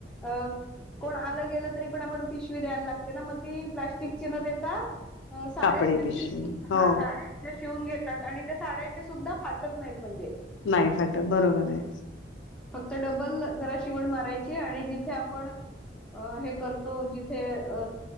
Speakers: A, in the centre; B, on the left.
A: अ कोण आलं गेलं तरी पण आपण पिशवी द्यायला लागते ना, मग ती प्लॅस्टिकची न देता साड्यांच्या
B: कापडी पिशवी.
A: शिवून
B: हो,
A: हा साड्यांच्या शिवून घेतात आणि त्या साड्यांचे सुद्धा फाटत नाहीत. म्हणजे
B: नाही फाटत बरोबर आहे.
A: तर डबल जरा शिवण मारायची आणि जिथे आपण अ हे करतो जिथे अ